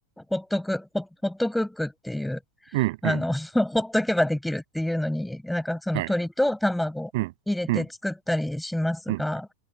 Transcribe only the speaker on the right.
うん、
うん、
はい、うん、うん、うん。